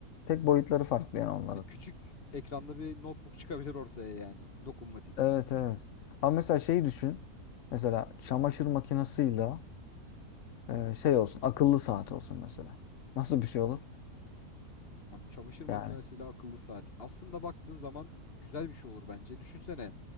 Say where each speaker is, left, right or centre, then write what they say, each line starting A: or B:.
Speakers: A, on the left; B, on the left.
A: Tek boyutları farklı yani onların.
B: Hani küçük ekranlı bir notebook çıkabilir ortaya yani. Dokunmatik.
A: Evet evet. Ama mesela şeyi düşün. Mesela çamaşır makinesiyle e, şey olsun akıllı saat olsun mesela. Nasıl bir şey olur?
B: Abi çamaşır makinesiyle
A: Yani.
B: akıllı saat. Aslında baktığın zaman güzel bir şey olur bence. Düşünsene